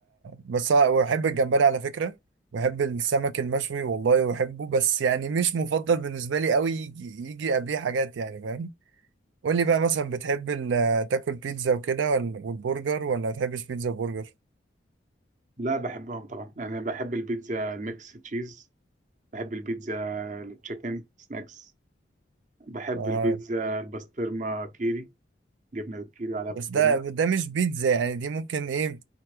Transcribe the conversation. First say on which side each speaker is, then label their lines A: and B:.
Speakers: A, on the right; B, on the right.
A: بس أنا- وبحب الجمبري على فكره بحب السمك المشوي والله بحبه بس يعني مش مفضل بالنسبه لي قوي يجي يجي قبليه حاجات يعني فاهم قول لي بقى مثلا بتحب ال- تاكل بيتزا وكده ولا والبرجر ولا ما بتحبش بيتزا وبرجر
B: لا بحبهم طبعا يعني أنا بحب البيتزا ميكس تشيز بحب البيتزا التشيكن سناكس بحب
A: اوه
B: البيتزا البسطرمة كيري جبنة بالكيري على
A: بس
B: بسطرمة
A: ده ده مش بيتزا يعني دي ممكن ايه